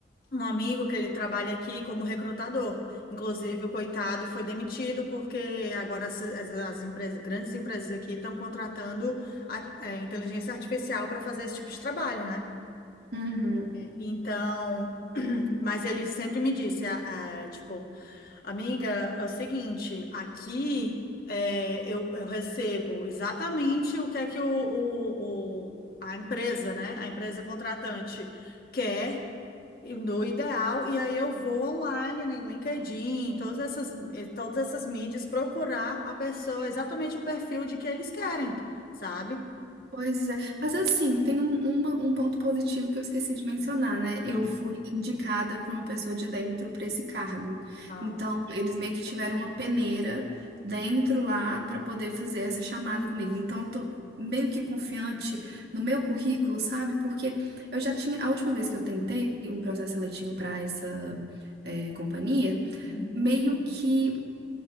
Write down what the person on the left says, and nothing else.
um amigo que ele trabalha aqui como recrutador. Inclusive, o coitado foi demitido porque agora as, as- as empresas, grandes empresas aqui estão contratando a, é, inteligência artificial para fazer esse tipo de trabalho, né?
E- Então, <clears throat> mas ele sempre me disse, a- a, tipo, amiga, é o seguinte, aqui é, eu, eu recebo exatamente o que é que o, o, o- a empresa, né? A empresa contratante quer. E No ideal, e aí eu vou online, né, em LinkedIn, em todas essas, em todas essas mídias, procurar a pessoa, exatamente o perfil de que eles querem, sabe?
Hum.
Ah,
uhum.